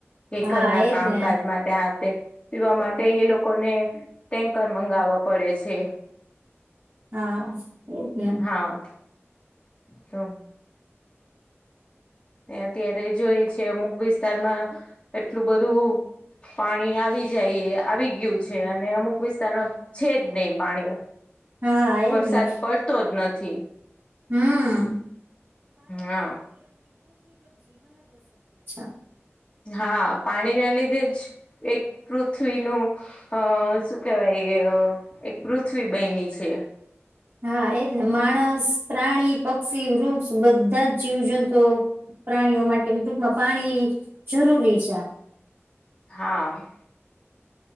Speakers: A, on the left; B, on the right.
A: <unintelligible> ઘરના
B: હા એજ
A: કામકાજ
B: ને
A: માટે આ તે પીવા માટે એ લોકોને ટેન્કર મંગાવવા પડે છે.
B: હા એજ ને
A: હા તો
B: <inaudible>
A: અત્યારે જોઈ છે અમુક વિસ્તારમાં એટલું બધું પાણી આવી જાય આવી ગીઉ છે અને અમુક વિસ્તારમાં છે જ ની પાણી
B: હા એ
A: વરસાદ
B: જ ને
A: પડતો જ નથી
B: હમ
A: હા
B: <unintelligible>
A: હા પાણી ના લીધે જ એક પૃથ્વીનું અ શું કેવાય <unintelligible> પૃથ્વી બયની છે
B: હા <unintelligible> ને માણસ પ્રાણી પક્ષી વૃક્ષ બધા જ જીવજંતુઓ પ્રાણીઓ માટે ટૂંકમાં પાણી જરૂરી છે
A: હા